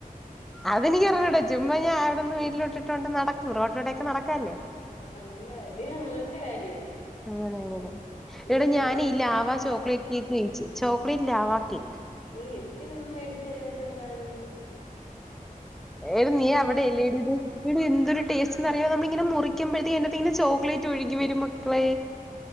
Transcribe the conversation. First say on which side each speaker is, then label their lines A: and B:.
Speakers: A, in the centre; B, on the left (about 55°).
A: അതെനിക്കർഞ്ഞുട ചുമ്മാ ഞാ അവിടുന്ന് വീട്ടിലോട്ടിട്ടോണ്ട് നടക്ക റോട്ടിലോടൊക്കെ നടക്കാല്ലോ?
B: ആഹ നല്ല കാര്യം നല്ല കാര്യം.
A: അങ്ങനെ അങ്ങനെ
B: ഇനിയിപ്പോ
A: എടാ ഞാൻ
B: എന്നാണ്
A: ഈ ലാവാ ചോക്ലേറ്റ് കേക്ക് കഴിച്ചു ചോക്ലേറ്റ് ലവാ കേക്ക്.
B: നീ എനിക്കിതൊന്നും മേടിച്ച് തരാതെന്താണ്.
A: എല്ലേലു നീ അവിടെ ടെലിടെ എടി എന്തൊരു ടേസ്റ്റ് എന്നറിയ നമ്മളിങ്ങനെ മുറിക്കുമ്പോഴത്തേക്ക് അയ്ന്റത്തിങ്ങനെ ചോക്ലേറ്റ് ഒഴുകിവരും മക്കളെ.